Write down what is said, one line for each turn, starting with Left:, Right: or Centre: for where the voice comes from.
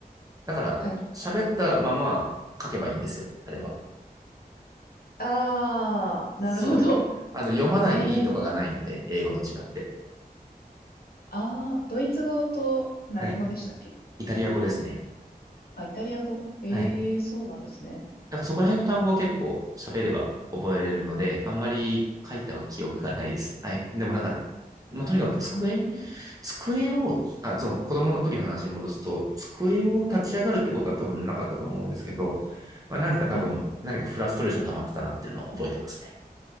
Right: だから、
Left: はい。
Right: 喋ったまま書けばいいんですよ、あれは。
Left: ああ、
Right: そう。
Left: なるほど。
Right: あの、読まないいいとかがないので、
Left: ええ
Right: 英語と違って。
Left: ああー、ドイツ語と何語でしたっけ
Right: はい。イタリア語ですね。
Left: あ、イタリア語ええそうなんですね。
Right: はい。だからそこら辺の単語は結構喋れば覚えれるので、あんまり書いた記憶がないです。はい。でもなんか、まあ、とにかく机、
Left: うん。
Right: 机を、あ、その子供の時の話に戻すと、机を立ち上がるってことは多分なかったと思うんですけど、
Left: はい、
Right: まあ、なんか多分何かフラストレーション溜まってたなっていうのは覚えてますね。
Left: はい。